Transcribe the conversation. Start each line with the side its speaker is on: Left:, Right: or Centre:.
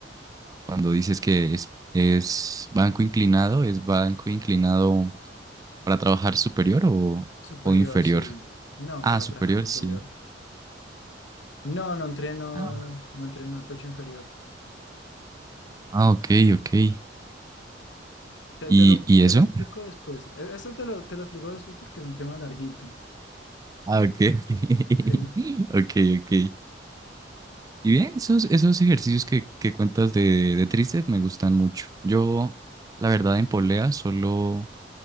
Right: Cuando dices que es, es banco inclinado, ¿es banco inclinado para trabajar superior o,
Left: superior,
Right: o inferior?
Left: sí. No,
Right: Ah,
Left: para
Right: superior,
Left: trabajar superior.
Right: sí.
Left: No, no entreno,
Right: Ah,
Left: no entreno el pecho inferior.
Right: Ah, ok, ok. ¿Y,
Left: Te,
Right: y
Left: te lo, te
Right: eso?
Left: lo explico después. E- Eso te lo, te lo explico después porque es un tema larguito.
Right: Ah, ok, ok. <laughs>
Left: En-
Right: Ok, ok. Y bien, esos, esos ejercicios que, que cuentas de, de tristes me gustan mucho. Yo, la verdad, en polea solo,